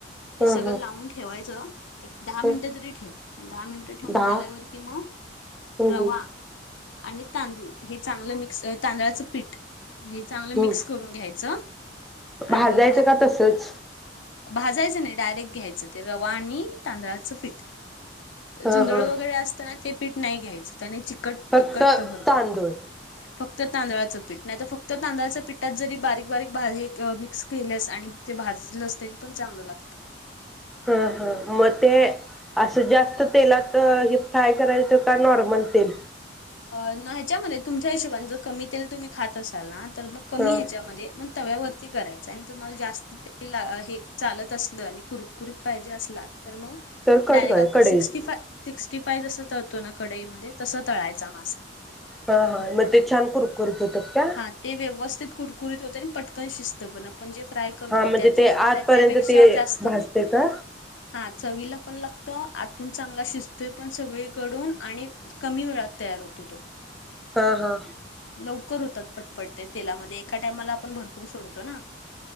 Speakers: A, on the left; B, in the centre.
A: ते
B: ह
A: सगळं
B: ह
A: लावून ठेवायच. दहा मिनिटं
B: ह
A: तरी ठेव दहा मिनिटं ठेवून
B: दहा
A: झाल्यावरती मग
B: हम्
A: रवा
B: हम्
A: आणि तांदूळ हे चांगलं मिक्स तांदळाचं पीठ हे चांगलं
B: हम्
A: मिक्स करून घ्यायचं
B: भाजायचं
A: आणि भा
B: का तसच
A: भाजायचं नाही डायरेक्ट घ्यायचं ते रवा आणि तांदळाच पीठ
B: हा
A: जुंदळ
B: हा
A: वैगरे असताना ते पीठ नाही घ्यायचं. त्याने चिकट
B: फक्त
A: चिकट तर भरपूर
B: तांदूळ
A: फक्त तांदळाचं पीठ नाही तर फक्त तांदळाच्या पीठात जरी बारीक बारीक भा हे मिक्स केलेस आणि ते भाजलंस तरी पण चांगलं लागत.
B: हा हा मग ते असं जास्त तेलात हे फ्राय करायचं का नॉर्मल तेल
A: ह्याच्यामध्ये तुमच्या हिशोबच कमी तेल तुम्ही खात असाल ना तर मग कमी
B: हा
A: ह्याच्यामध्ये मग तव्यावरती करायचं आणि तुम्हाला जास्त तेल ला हे चालत असलं आणि कुरकुरीत पाहिजे असला तर मग
B: तर कट
A: डायरेक्ट
B: काय
A: आपण
B: कढईत
A: सिक्स्टी फाय सिक्स्टी सिक्सटी फाय जसं कढईमध्ये तळतोना तसं तळायचे. चा मासा
B: हा हा म ते छान कुरकुरीत होतात का
A: हा ते व्यवस्थित कुरकुरीत होते आणि पटकन शिस्त पण आपण आपण जे फ्राय करतो
B: हा म्हणजे
A: त्याच्या
B: ते आतपर्यंत
A: त्या त्यापेक्षा
B: ते
A: जास्त
B: भाजते का
A: हा चवीला पण लागत आतून चांगला शिजतोय पण सगळीकडून आणि कमी वेळात तयार होतो तो
B: हा हा
A: लवकर होतात पटपट ते तेलामध्ये एका टायमाला आपण भरपूर सोडतो ना